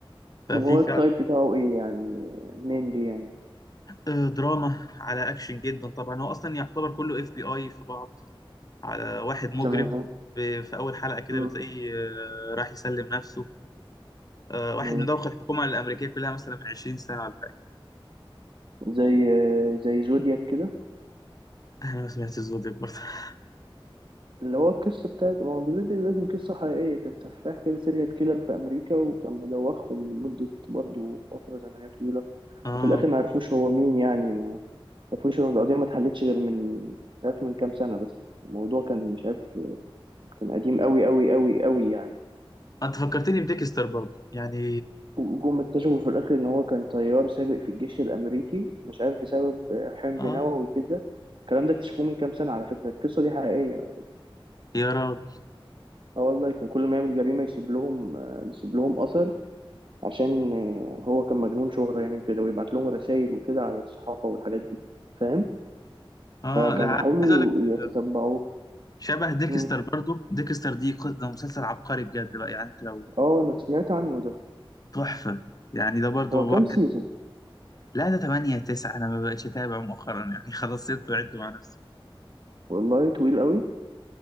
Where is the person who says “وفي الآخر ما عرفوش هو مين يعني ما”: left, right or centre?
Right